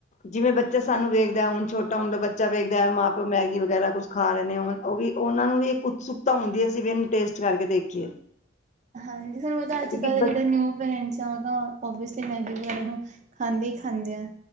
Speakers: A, on the left; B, on the right.
A: ਜਿਵੇਂ ਬੱਚਾ ਸਾਨੂੰ ਵੇਖਦਾ ਹੁਨ ਛੋਟਾ ਹੁੰਦਾ ਬੱਚਾ ਵੇਖਦਾ ਮਾਂ-ਪਿਓ ਮੈਗੀ ਵਗੈਰਾ ਕੁਛ ਖਾ ਰਏ ਨੇ ਹੁਨ ਓ ਵੀ ਓਨਾਂ ਨੂੰ ਵੀ ਇੱਕ ਉਤਸੁਕਤਾ ਹੁੰਦੀ ਐ ਅਸੀਂ ਵੀ ਏਨੂੰ ਟੇਸਟ ਕਰਕੇ ਦੇਖੀਏ
B: ਹਾਂਜੀ ਓ ਤਾਂ
A: ਕਿਉਂਕਿ
B: ਅੱਜ-ਕੱਲ
A: ਬ
B: ਦੇ ਜੇੜੇ ਨਿਊ ਪੇਰੈਂਟਸ ਆ ਓ ਤਾਂ ਓਵੀਸਲੀ ਮੈਗੀ ਵਗੈਰਾ ਨੂੰ ਖਾਂਦੇ ਈ ਖਾਂਦੇ ਆ।